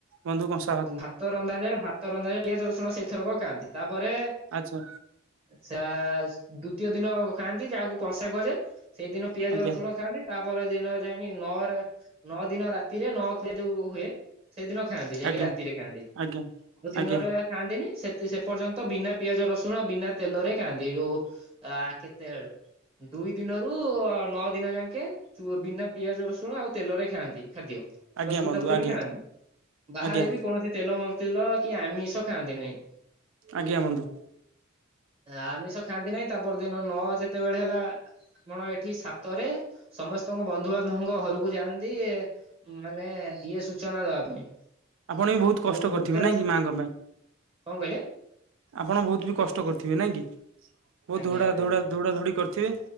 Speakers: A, on the right (about 65°); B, on the right (about 30°).
A: ବନ୍ଧୁ କଂସା
B: ଭାତ ରନ୍ଧାଯାଏ ଭାତ ରନ୍ଧାରେ ପିଆଜ ରସୁଣ ସେଇଥରକ ଖାଆନ୍ତି ତାପରେ
A: ଆଚ୍ଛା
B: ସେ ଦ୍ଵିତୀୟ ଦିନ ଖାଆନ୍ତି ଯାହାକୁ କଂସା କୁହାଯାଏ। ସେଇଦିନ ପିଆଜ
A: ଆଜ୍ଞା
B: ରସୁଣ ଖାଆନ୍ତି। ତା ପର ଦିନ ଯାଇକି ନଅ ନଅ ଦିନ ରାତିରେ ନଅ କି ଯୋଉ ହୁଏ ସେଇଦିନ ଖାଆନ୍ତି ଯାଇକି
A: ଆଜ୍ଞା
B: ରାତିରେ ଖାଆନ୍ତି
A: ଆଜ୍ଞା
B: ଆଉ ଦିନରେ
A: ଆଜ୍ଞା
B: ଖାଆନ୍ତିନି ସେ ସେ ପର୍ଯ୍ୟନ୍ତ ବିନା ପିଆଜ ରସୁଣ ଆଉ ବିନା ତେଲରେ ଖାଆନ୍ତି ଯୋଉ ଆ କେତେବେଳ ଦୁଇ ଦିନରୁ ନଅ ଦିନ ଯାକେ ବିନା ପିଆଜ ରସୁଣ ଆଉ ତେଲରେ ଖାଆନ୍ତି ଖାଦ୍ୟ।
A: ଆଜ୍ଞା
B: ପ୍ରସ୍ତୁତ
A: ବନ୍ଧୁ
B: କରି
A: ଆଜ୍ଞା
B: ଖାଆନ୍ତି ବାହାରେ
A: ଆଜ୍ଞା
B: ବି କୌଣସି ତେଲ ମନ୍ତର କି ଆମିଷ ଖାଆନ୍ତି ନାହିଁ।
A: ଆଜ୍ଞା ବନ୍ଧୁ।
B: ଆମିଷ ଖାଆନ୍ତି ନାହିଁ ତା ପରଦିନ ନ ଯେତେବେଳେ ହେଲା ଆପଣ ଏଠି ସାତରେ ସମସ୍ତଙ୍କ ବନ୍ଧୁବାନ୍ଧବଙ୍କ ଘରକୁ ଯାଆନ୍ତି ମାନେ ଇଏ ସୂଚନା ଦବା ପାଇଁ।
A: ଆପଣ ବି ବହୁତ କଷ୍ଟ
B: ମୋ
A: କରିଥିବେ
B: ମୃତ୍ୟୁର
A: ନାଇଁ
B: ସୂ
A: କି ମାଙ୍କ ପାଇଁ।
B: କଣ କହିଲେ?
A: ଆପଣ ବହୁତ ବି କଷ୍ଟ କରିଥିବେ ନାଇଁ କି ବହୁତ
B: ଆଜ୍ଞା
A: ଧୋଡା
B: ଆଜ୍ଞା
A: ଧୋଡା ଦୌଡା ଧୌଡି କରିଥିବେ